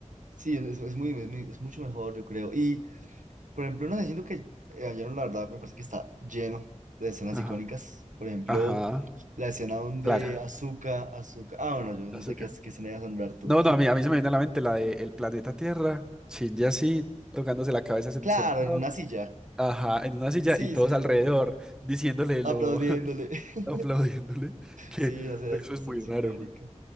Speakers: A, on the right; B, in the centre.
A: Sí, es, es muy, es muy- es mucho mejor, yo creo. Y, por ejemplo, no sé, siento que eh, ayer, la verdad, me parece que está lleno de escenas
B: Ajá,
A: icónicas. Por ejemplo,
B: ajá,
A: la escena donde
B: claro.
A: Azuka, Azuka, ah, bueno, yo
B: Azúcar.
A: no sé qué, qué escena ibas a nombrar tú.
B: No, no, a mí, a mí se me viene a la mente la de El planeta Tierra, Shinji así, tocándose la cabeza sentado.
A: Claro, en una silla.
B: Ajá, en una silla
A: Sí,
B: y todos
A: sí,
B: alrededor diciéndole
A: aplaudiéndole.
B: lo, <laughs>
A: <laughs>
B: aplaudiéndole, que
A: Sí, la escena,
B: eso
A: es la
B: es
A: escena
B: muy
A: es
B: raro,
A: icónica.
B: güey.